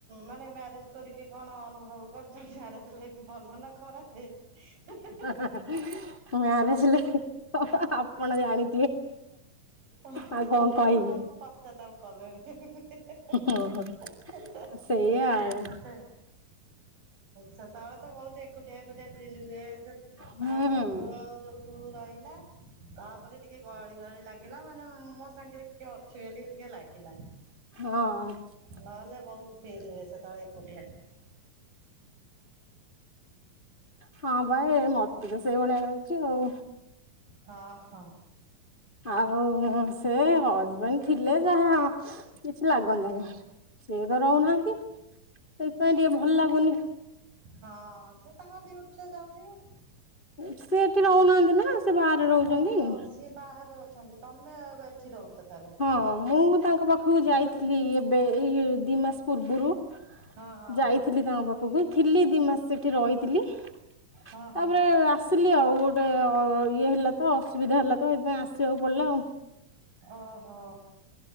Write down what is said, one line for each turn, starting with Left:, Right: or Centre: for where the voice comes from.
Right: ମାନେ ମ୍ୟାରେଜ କରିକି କଣ ଅନୁଭବ କରୁଛନ୍ତି ମ୍ୟାରେଜ ଲାଇଫ ଭଲ ନା ଖରା ପେ ହେଁ ହେଁ।
Left: ଉଁ ଉଁ ମ୍ୟାରେଜ ଲାଇଫ ହିଁ ହଁ ଆପଣ ଜାଣିଥିବେ?
Right: ମୁଁ
Left: ଆଉ କଣ କହିବି
Right: ତ ବହୁତ ପଶ୍ଚାତାପ କଲିଣି ହେଁ ହେଁ ହେଁ।
Left: ହଉ ହଉ।
Right: <unintelligible>
Left: ଆ ସେଇଆ ଆଉ
Right: ସେତବେବଳେ ତ ବହୁତ ଏକୁଟିଆ ଏକୁଟିଆ ଫିଲ୍ ହୁଏ। ଯେ
Left: ହୁଁ
Right: ଆଉ ମୋ ପୁଅ ଯୋଉଠୁ ରହିଲା- - ତାପରେ ଟିକେ ଗହଳି ଗହଳି ଲାଗିଲା ମାନେ ମୋ ସାଙ୍ଗରେ କିଏ ଅଛ ବୋଲି ଟିକେ ଲାଗିଲା।
Left: ହଁ
Right: ନହେଲେ ବହୁତ ଫେିଲ୍ ହୁଏ ସେତେଳେ ବହୁତ୍ ଏକୁଟିଆ।
Left: ହଁ ବା ମତେ ତ ସେଇଭଳିଆ ଲାଗୁଚି ଆଉ।
Right: ହଁ ହଁ
Left: ଆଉ ସେ ହ- - ରହିଥିଲେ ଯାହା କିଛି ଲାଗନ୍ତାନି। ସେ ତା ରହୁନାହାନ୍ତି। ସେଥିପାଇଁ ଟିକେ ଭଲ ଲାଗୁନି।
Right: ହଁ ସେ ତାଙ୍କ ଡ୍ୟୁଟିରେ ଯାଉଥିବ।
Left: ସେ ଏଠି ରହୁନାହାନ୍ତି ନା ସେ ବାହାରେ ରହୁଚନ୍ତି।
Right: ଓହୋ ସିଏ ବାହାରେ ଅଛନ୍ତି। ତମେ ଏଠି ରହୁଚ ତାହେଲେ।
Left: ହଁ ମୁଁ ତାଙ୍କ ପାଖ ଖୁ ଯାଇଥିଲି ଏବେ ଏଇ ଦୁଇ ମାସ ପୂର୍ବରୁ
Right: ହଁ ହଁ
Left: ଯାଇଥିଲି ତାଙ୍କ ପାଖକୁ ଥିଲି ଦି ମାସ ସେଠି ରହିଥିଲି।
Right: ହଁ
Left: ତାପରେ
Right: ହଁ।
Left: ଆସିଲି ଆଉ ଗୋଟେ ଅ ଇଏ ହେଲା ତ ଅସୁବିଧା ହେଲା ତ ସେଥିପାଇଁ ଆସିବାକୁ ପଡିଲା ଆଉ।
Right: ଓହୋ,